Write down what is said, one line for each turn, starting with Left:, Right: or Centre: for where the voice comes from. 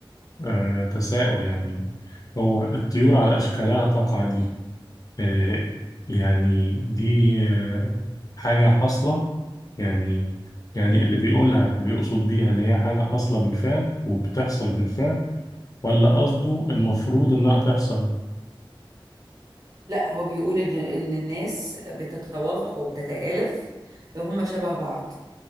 Left: آه، تساؤل يعني هو الطيور على اشكالها تقع دي آه، يعني دي آه، حاجة حاصلة يعني يعني اللي بيقولها بيقصد بيها إن هي حاجة حاصلة بالفعل وبتحصل بالفعل ولا قصده المفروض إنها تحصل؟
Right: لا هو بيقول ان ان الناس بتتوافق وبتتآلف لو هم شبه بعض